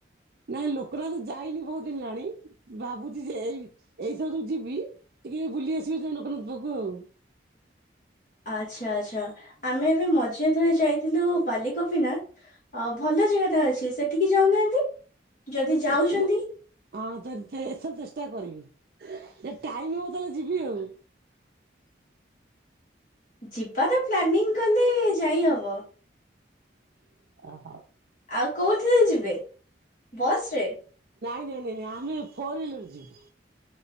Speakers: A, on the right; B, on the left.
A: ନାଇଁ ଲୋକନାଥ ଯାଇନୁ ବହୁତ ଦିନ ହେଲାଣି ଭାବୁଛି ଯେ ଏଇ ଏଇଯୋଉ ଯିବି ଟିକେ ବୁଲି ଆସିବି ଲୋକନାଥ ପାଖକୁ ଆଉ।
B: ଆଚ୍ଛା ଆଚ୍ଛା ଆମେ ଏବେ ମଝିରେ ଥରେ ଯାଇଥିଲୁ ବାଲିଗୋପିନାଥ ଭଲ ଜାଗାଟା ଅଛି ସେଠିକି ଯାଉନାହାନ୍ତି। ଯଦି ଯାଉଛନ୍ତି।
A: ଦେଖିବୁ ହଁ ଏଥଏ ଚେଷ୍ଟା କରିବି ଯଦି ଟାଇମ ହବ ତାହେଲେ ଯିବି ଆଉ
B: ଯିବା ତ ପ୍ଲାନିଂ କଲେ ଯାଇ ହବ।
A: <unintelligible>
B: ଆଉ କୋଉଠିରେ ଅଛୁ? ବେ ବସରେ
A: ନାଇଁ ନାଇଁ ନାଇଁ ଆମେ ଫୋର୍ ହ୍ୱିଲର ରେ ଯିବୁ।